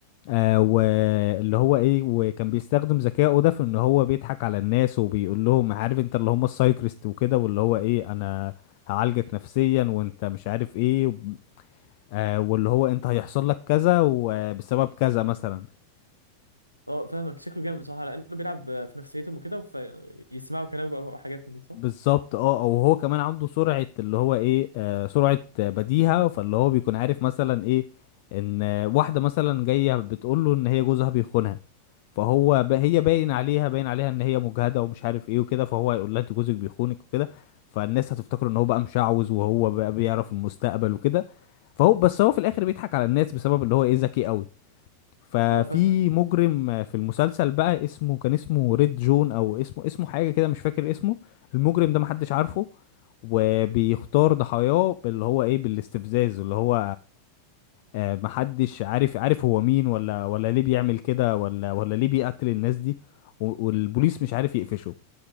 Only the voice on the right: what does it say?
اه فاهمك شكله جامد صح لانه بيلعب آه، في نفسيتهم وكده فيسمعوا كلامه بقى وحاجات من دي صح
اه فاهم